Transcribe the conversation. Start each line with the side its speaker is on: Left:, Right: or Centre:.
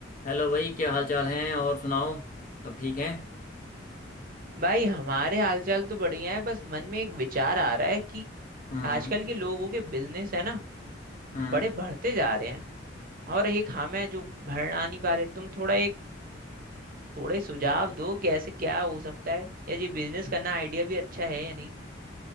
Left: Hello भाई क्या हाल चाल है और सुनाओ सब ठीक है
Right: भाई हमारे हालचाल तो बढ़िया है बस मन में एक विचार आ रहा है कि
Left: हम्म
Right: आजकल के लोगों के बिजनेस है ना
Left: हम्म
Right: बड़े बढ़ते जा रहे हैं और एक हम है जो भर आ नहीं पा रहे तुम थोड़ा एक थोड़े सुझाव दो कि ऐसे क्या हो सकता है या ये बिजनेस करना आइडिया भी अच्छा है या नहीं